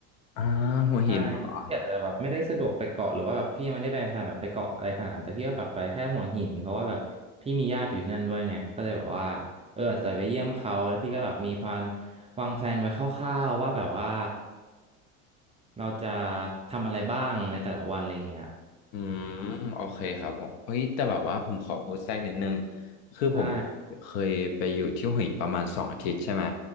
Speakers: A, on the left; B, on the right.
A: อ่าหัวหินเหรอ
B: ใช่พี่อาจจะแบบไม่ได้สะดวกไปเกาะหรือว่าแบบพี่ยังไม่ได้ไปแพลนแบบไปเกาะอะไรขนาดนั้นแต่พี่ก็แบบไปแค่หัวหินเพราะว่าแบบพี่มีญาติอยู่ที่นั่นด้วยไงก็เลยแบบว่าเอออาจจะไปเยี่ยมเขาแล้วพี่ก็แบบมีแพลนวางแพลนไว้คร่าวๆว่าแบบว่าเราจะทำอะไรบ้างในแต่ละวันอะไรเงี้ย
A: อืมโอเคครับผมเฮ้ยแต่แบบว่าผมขอโพสต์แทรกนิดนึงคือผม
B: ได้
A: เคยไปอยู่ที่หัวหินประมาณสองอาทิตย์ใช่ไหม